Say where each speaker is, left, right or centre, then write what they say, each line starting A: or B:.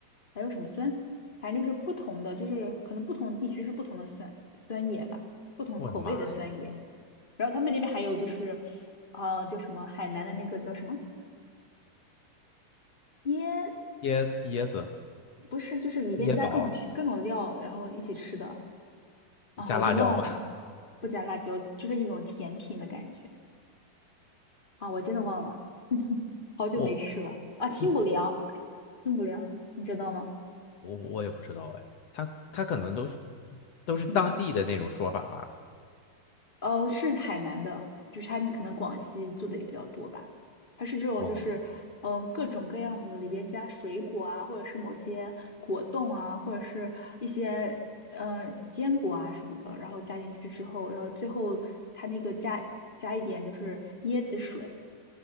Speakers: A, on the left; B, on the left.
A: 还有什么酸，反正就是不同的，就是可能不同地区是不同的酸酸叶吧，不同口味的酸叶。
B: 我的妈呀，
A: 然后他们那边还有就是，呃，叫什么海南的那个叫什么腌，
B: 椰椰子
A: 不是，就是里边加各种各种料，
B: 椰宝
A: 然后一起吃的啊，
B: 加辣椒吗？
A: 我已经忘了，不加辣椒，就是一种甜品的感觉啊，我真的忘了，<laughs> 好久没吃了啊，
B: <laughs> 我
A: 清补凉，
B: 嗯
A: 哎，清补凉，你知道吗？
B: 我我也不知道哎，它它可能都是都是当地的那种说法吧。
A: 嗯。呃，是海南的，就是它可能广西做的也比较多吧。它是这种，
B: 哦，
A: 就是嗯，各种各样的里边加水果啊，或者是某些果冻啊，或者是一些嗯、呃坚果啊什么的，然后加进去之后，然后最后它那个加加一点就是椰子水。